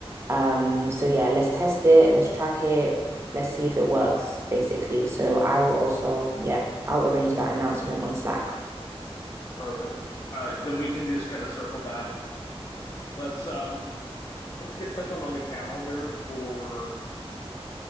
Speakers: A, on the right; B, on the left.
A: Um, so yeah, let's test it, let's track it, let's see if it works, basically. So I will also, yeah, I'll arrange that announcement on Slack.
B: Perfect. All right, then we can just kind of circle back. Let's um let's get something on the calendar for